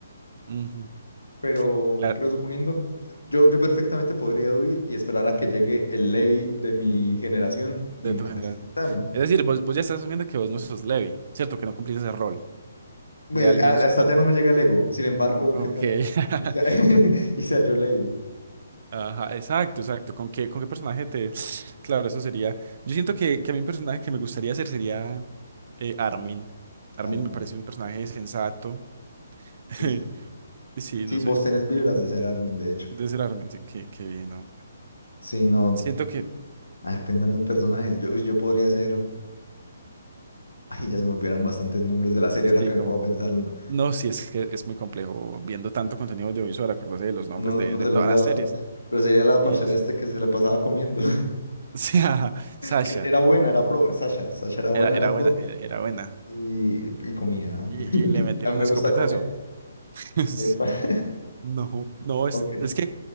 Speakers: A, on the right; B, on the left.
A: ujú,
B: Pero,
A: claro,
B: pero suponiendo, yo, yo perfectamente podría huir y esperar a que llegue el Levi de mi generación
A: de
B: y mate
A: tu generación.
B: a ese titán.
A: Es decir, vos, vos ya estás asumiendo que vos no sos Levi, ¿cierto? Que no cumplís ese rol
B: Pues
A: de alguien
B: a-
A: súper...
B: hasta ya no me llega el ego. Sin embargo,
A: Ok.
B: ¿qué tal?
A: <laughs>
B: Y sea, <laughs>
A: Ok.
B: y sea yo Levi.
A: Ajá, exacto, exacto. ¿Con qué, con qué personaje te...? <sniffs> Claro, eso sería... Yo siento que, que a mí un personaje que me gustaría hacer sería... eh, Armin. Armin
B: Armin.
A: me parece un personaje sensato. <laughs>
B: Sí, sí.
A: Sí,
B: Sí,
A: no
B: vos
A: sé, como
B: tenés vibras
A: que
B: de ser Armin, de hecho.
A: de ser Armin, sí, qué, qué bien, ¿no?
B: Sí, no.
A: Siento que,
B: A ver, pensando en personajes, yo, yo podría ser. Ay, ya se me olvidaron bastantes nombres de la serie ahora
A: sí,
B: que
A: como.
B: me puedo pensarlo.
A: No, sí, es que es muy complejo viendo tanto contenido audiovisual, acordarse de los nombres
B: Uno,
A: de,
B: uno se
A: de todas
B: lo olvida
A: las
B: bastante.
A: series.
B: Pero sería la parcera
A: Sí, es.
B: este que se la pasaba comiendo.
A: <laughs> Sí, ajá, Sasha,
B: que era buena, era pro, Sasha, Sasha era buena,
A: era, era
B: era pro
A: buena, era era buena.
B: y, y comía.
A: Y,
B: <laughs>
A: y le metieron
B: A mí me
A: un escopetazo.
B: gusta comer.
A: <laughs>
B: Epa. <laughs>
A: No, no, es,
B: Ok.
A: es que,